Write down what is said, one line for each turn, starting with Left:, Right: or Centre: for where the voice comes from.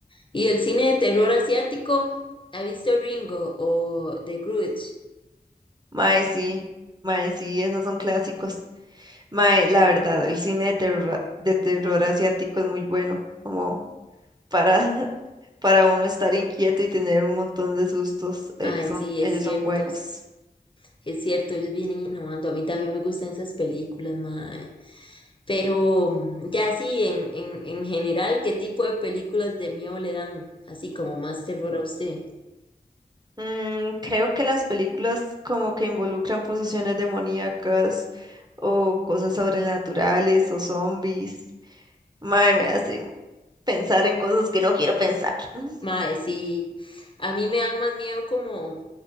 Left: ¿Y el cine de terror asiático? ¿Ha visto Ringo o The Grudge?
Right: Mae, sí, mae, sí, esos son clásicos. Mae, la verdad, el cine de terror, de terror asiático es muy bueno, como para, <laughs> para uno estar inquieto y tener un montón de sustos.
Left: Mae,
Right: Ellos son,
Left: sí,
Right: ellos
Left: es cierto,
Right: son buenos.
Left: sí, es cierto, ellos vienen innovando. A mí también me gustan esas películas, mae. Pero mm, ya sí, en, en, en general, ¿qué tipo de películas de miedo le dan así como más terror a usted?
Right: Mm, creo que las películas como que involucran posesiones demoníacas o cosas sobrenaturales o zombies. Mae, me hacen pensar en cosas que no quiero pensar. <laughs>
Left: Mae, sí. A mí me dan más miedo como,